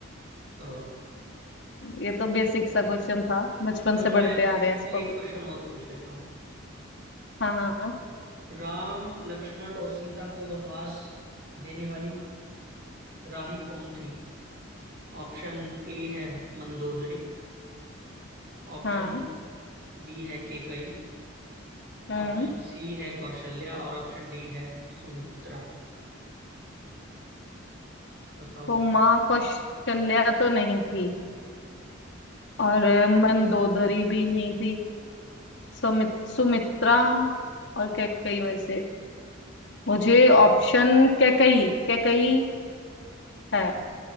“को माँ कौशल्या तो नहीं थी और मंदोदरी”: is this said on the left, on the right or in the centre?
Left